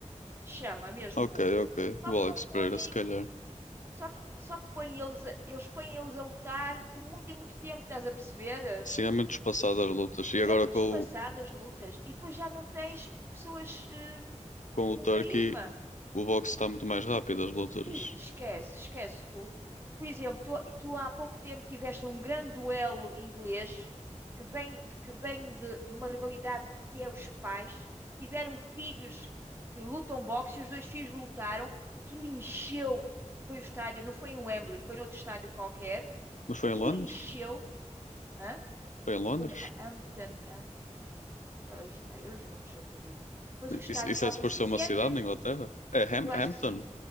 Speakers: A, on the right; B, on the left.
A: chama mesmo
B: Ok,
A: público.
B: ok.
A: Só
B: O
A: que não
B: Alex
A: põem,
B: Pereira, se calhar.
A: só que, só que põem eles, a- eles põem eles a lutar de muito em muito tempo, estás a perceber?
B: Sim, é muito espaçado as lutas. E agora
A: É muito
B: com,
A: espaçado
B: o-
A: as lutas e depois já não tens pessoas eh,
B: com o
A: com
B: Turkey,
A: carisma.
B: o boxe está muito mais rápido, as lutas.
A: Pi, esquece, esquece. Ru. Por exemplo, tu, tu há pouco tempo tiveste um grande duelo inglês que vem, de, que vem de, de uma rivalidade que é os pais. Tiveram filhos que lutam boxe e os dois filhos lutaram. Aquilo encheu. Foi o estádio, não foi em Wembley, foi noutro estádio qualquer.
B: Mas foi
A: Aquilo
B: em Londres?
A: encheu. Hã?
B: Foi em Londres?
A: Foi no a- Hampton. Hamp, Hamp. Ela está, eu os nomes sou terrível. Mas o estádio,
B: Isso, isso
A: estavam
B: é suposto
A: sessenta
B: ser uma cidade na Inglaterra? É Ham-
A: eu acho
B: Hampton?
A: que sim.